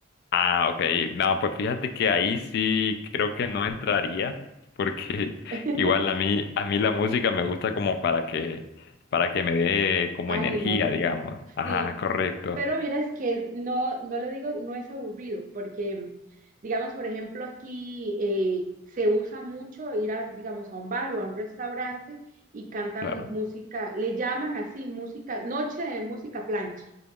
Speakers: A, on the left (about 55°); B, on the right (about 40°).
A: Ah, ok. No, pues fíjate que ahí sí creo que no entraría, porque <laughs>
B: <laughs>
A: igual a mí, a mí la música me gusta como para que, para que me dé como
B: Ánimos,
A: energía, digamos. Ajá,
B: sí.
A: correcto.
B: Pero miras que es- no, no le digo, no es aburrido, porque, digamos, por ejemplo, aquí eh, se usa mucho ir a, digamos, a un bar o a un restaurante y cantan
A: Claro.
B: música, le llaman así música, noche de música plancha.